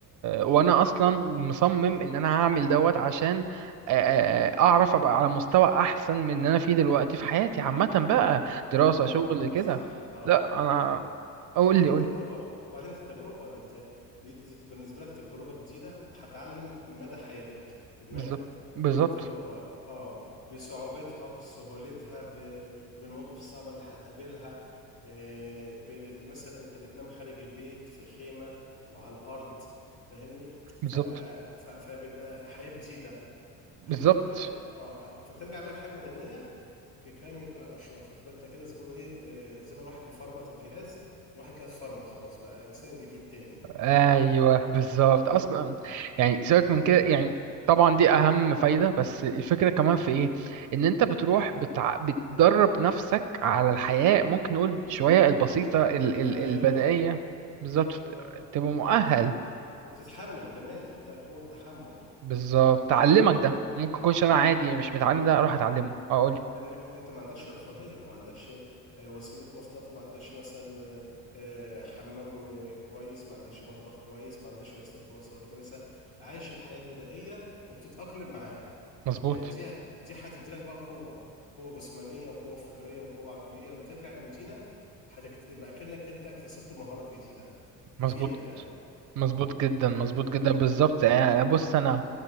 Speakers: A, on the right; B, on the left.
A: وانا اصلا مصمم ان انا هعمل دوت عشان آه، آه، آه، اعرف ابقى على مستوى احسن من ان انا فيه دلوقتي في حياتي عامة بقى دراسة
B: اه
A: شغل
B: اه
A: كده
B: صح اه
A: لا انا اقول
B: وبعدين
A: لي قول
B: تجربة
A: لي.
B: وبعدين التجربة دي, ت- دي, دي تبقى بالنسبة لك تجربة جديدة هتعلم مدى حياتك في دماغك
A: بالظبط بالظبط
B: آه، تجربة اه بصعوبتها بسهولتها ب... بالمواقف الصعبة اللي هتقابلها آه، ب... بمثل انت بتنام خارج البيت في خيمة وعلى الأرض فاهمني
A: بالظبط
B: ف... ف... فبيبقى حياة جديدة
A: بالظبط
B: ح- حياة اه فترجع بالحياة المدنية في كامل بقى نشاطك يبقى انت كده زميله ايه آه، زي ما الواحد بيفرمت الجهاز الواحد كده اتفرمت خلاص بقى انسان جديد تاني
A: ايوه بالظبط
B: اه
A: اصلا
B: اه
A: يعني سيبك من كده يعني
B: مم،
A: طبعا
B: مم،
A: دي اهم فايده بس الفكره كمان
B: اه
A: في ايه ان انت
B: اه
A: بتروح بتع... بتدرب نفسك على الحياه ممكن نقول شويه البسيطه ال... ال...
B: ايوه
A: البدائيه بالظبط
B: ايوه
A: تبقى مؤهل
B: وبت... وبتتحمل كمان في ت- قوة تحمل
A: بالظبط تعلمك
B: اه
A: ده ممكن يكونش
B: اه
A: انا عادي مش متعلم ده اروح اتعلمه اقول
B: لانك انت ما عندكش رفاهيه ما عندكش آه، وسيله مواصلات وما عندكش مثلا آه، آه، حمام آه، كويس ما عندكش مطبخ كويس ما عندكش وسيله مواصلات كويسه عايش الحياه البدائيه وبتتاقلم معاها
A: مظبوط
B: يعني دي دي هتدي لك بقى قوه قوه جسمانيه وقوه فكريه وقوه عقليه لما ترجع للمدينه هتكت... يبقى كأنك انت اكتسبت مهارات جديده تفيدك
A: مظبوط
B: يعني
A: مظبوط
B: اه
A: جدا مظبوط جدا
B: اه
A: بالظبط
B: اه
A: آه، بص انا